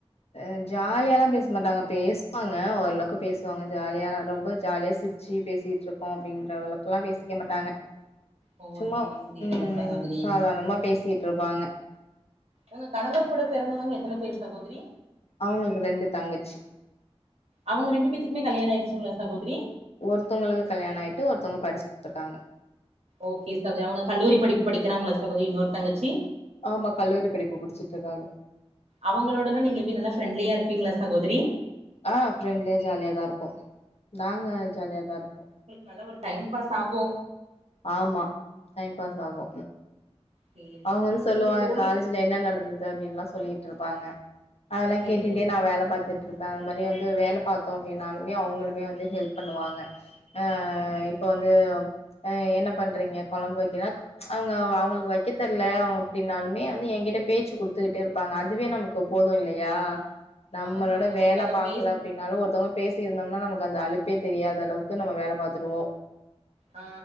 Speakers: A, on the left; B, on the right.
A: அ ஜாலியாலா பேச மாட்டாங்க பேசுவாங்க ஓரளவுக்கு பேசுவாங்க ஜாலியா ரொம்ப ஜாலியா சிருச் ச்சி பேசிட்ருக்கோ அப்டிங்குற அளவுக்குலா பேசிக்க மாட்டாங்க
B: ஓ
A: சும்மா
B: சேரிங்க சேரிங்க
A: ம்
B: சகோதரி
A: சாதார்ணமா பேசிட்ருப்பாங்க
B: உங்க கணவர் கூட பெறந்தவங்க எத்தன பேர் சகோதரி
A: அவுங்களுக்கு ரெண்டு தங்கச்சி
B: அவுங்க ரெண்டு பேத்துக்குமே கல்யாணொ ஆயிர்ச்சுங்ளா சகோதரி
A: ஒருத்தவுங்களுக்கு கல்யாணொ ஆகிட்டு ஒருத்தவுங்க படுச்சுட்டு இருக்காங்க
B: ஓகே சகோரி அவுங்க கல்லூரி படிப்பு படிக்றாங்ளா சகோத்ரி இன்னொரு தங்கச்சி
A: ஆமா கல்லூரி படிப்பு முடுச்சுட் இருக்காங்க
B: அவுங்களோடெல்லா நீங்க எப்டி நல்லா ஃப்ரெண்ட்லியா இருப்பீங்ளா சகோதிரி
A: ஆ ஃப்ரெண்ட்லியே ஜாலியா தா இருப்போ நாங்க ஜாலியா தா இருப்போ
B: நல்லா ஒரு டைம் பாஸ் ஆகு
A: ஆமா டைம் பாஸ் ஆகு
B: சேரி
A: அவுங்க
B: உங்க
A: வந்து சொல்லுவாங்க
B: உங்க தோழி
A: காலேஜ்ல என்ன நடந்தது அப்டின்லா சொல்லிகிட்டு இருப்பாங்க அதெல்லா
B: சேரிங்க
A: கேட்டுட்டே
B: சிஸ்
A: நா வேல பாத்துட்டு இருப் பே அது மாரி வந்து வேல பாத்தோ அப்டின்னாலுமே அவுங்களுமே வந்து ஹெல்ப் பண்ணுவாங்க அ இப்போ வந்து அ என்ன பண்றீங்க கொழம்பு வக்கென்னா அவுங்க அவுங்களுக் வக்கெ தெர்ல அப்டின்னாலுமே வந்து என்கிட்ட பேச்சு குடுத்துகிட்டே இருப்பாங்க அதுவே நமக்கு போது இல்லையா நம்மளோட
B: ஆமா சகோ
A: வேல
B: ஒருத்தவங்க
A: பாக்கல
B: பேஸ்
A: அப் டினாலு ஒருத்தவங்க பேசி இருந்தோம்னா நமக்கு அந்த அழுப்பே தெரியாத அளவுக்கு நம்ம வேல பாத்துருவோ
B: ஆ